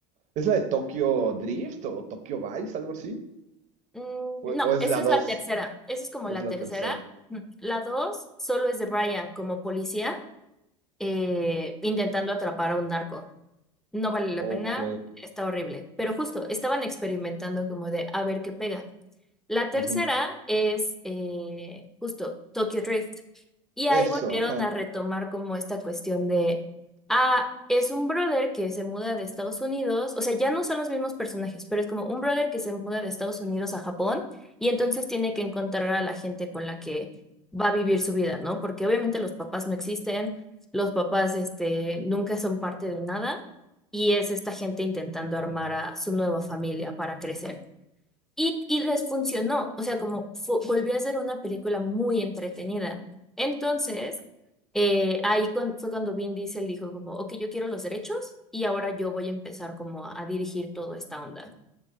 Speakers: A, on the right; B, in the centre.
A: es la de Tokyo Drift o Tokyo Vice, algo así?
B: Mm,
A: ¿O,
B: no,
A: o es
B: esa
A: la
B: es
A: dos?
B: la tercera. Esa es como
A: Es
B: la
A: la
B: tercera.
A: tercera.
B: Mm. La dos solo es de Brian como policía eh, intentando atrapar a un narco. No vale la
A: Ok.
B: pena, está horrible. Pero justo, estaban experimentando como de a ver qué pega. La tercera
A: Ujú.
B: es eh, justo Tokyo Drift. Y
A: Eso,
B: ahí volvieron
A: ajá.
B: a retomar como esta cuestión de, ah, es un brother que se muda de Estados Unidos, o sea, ya no son los mismos personajes, pero es como un brother que se muda de Estados Unidos a Japón y entonces tiene que encontrar a la gente con la que va a vivir su vida, ¿no? Porque obviamente los papás no existen, los papás, este, nunca son parte de nada y es esta gente intentando armar a su nueva familia para crecer. Y, y les funcionó, o sea, como fu- volvió a ser una película muy entretenida. Entonces, eh, ahí con- fue cuando Vin Diesel dijo como, ok, yo quiero los derechos y ahora yo voy a empezar como a, a dirigir toda esta onda.